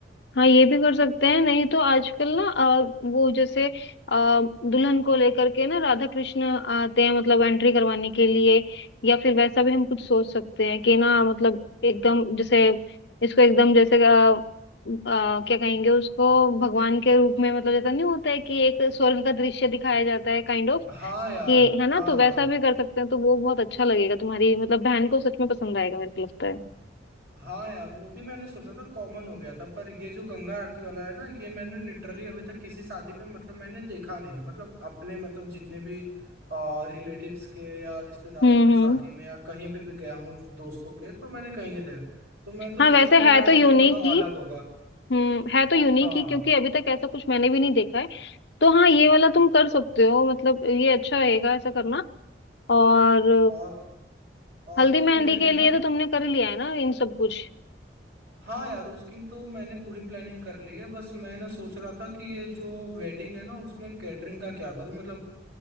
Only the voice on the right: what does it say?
हाँ यार
हाँ
हाँ
हाँ यार वो भी मैंने सोचा था कॉमन हो गया था पर ये जो गंगा आरती वाला है ना ये मैंने लिटरली अभी तक किसी शादी में मतलब मैंने देखा नहीं है मतलब अपने मतलब जितने भी रिलेटिव्स के या रिश्तेदारों
के
शादी में या कहीं पे भी गया हूँ दोस्तों के तो मैंने कहीं नहीं देखा तो मैं तो सोच
रहा हूँ यार
ये थोड़ा
अलग होगा
हाँ
और और
तो
मैंने
ना
हाँ यार उसकी तो मैंने पूरी प्लानिंग कर ली है बस मैंने सोच रहा था कि ये जो वेडिंग है ना उसमें कैटरिंग का क्या करूँ मतलब